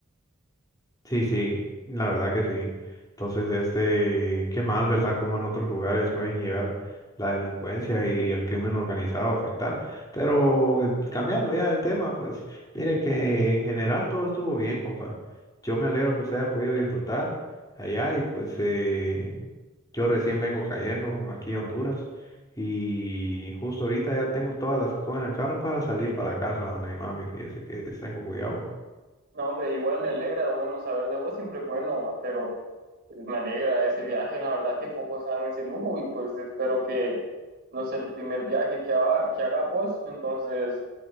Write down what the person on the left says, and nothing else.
Sí, sí, la verdad que sí. Entonces, este, qué mal, ¿verdad? Como en otros lugares pueden llegar la delincuencia y el crimen organizado a afectar. Pero eh, cambiando ya el tema, pues mire que en general todo estuvo bien, compa. Yo me alegro que usted haya podido disfrutar allá y pues eh, yo recién vengo cayendo aquí a Honduras y justo ahorita ya tengo todas las cosas en el carro para salir para la casa donde mi mami, fíjese que está en Cocuyahoga.